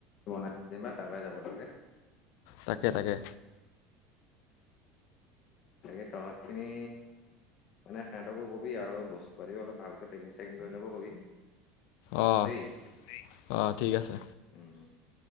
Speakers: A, on the left; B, on the left.
A: <unintelligible> তাৰ পৰাই যাব লাগে।
B: তাকে তাকে।
A: তাকে তহঁতখিনি মানে সিহঁতও কবি আৰু বস্তু পাতিও অলপ ভালকৈ পেকিং চেকিং কৰি ল'ব কবি।
B: অ',
A: দেই
B: অ', ঠিক আছে।
A: উম।